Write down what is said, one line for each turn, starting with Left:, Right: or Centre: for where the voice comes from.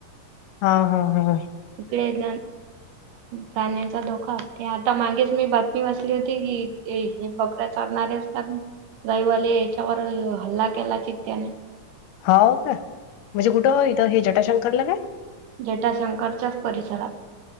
Left: हा हा हा
Right: इकडे येत प्राण्याचा धोका असते आता मागेच मी बातमी बसली होती की हे बकरा चालणारे अस जाईवाले याच्यावर हल्ला केला चित्याने
Left: हो का म्हणजे कुठं इथं हे जटाशंकरला काय
Right: जटाशंकरच्याच परिसरात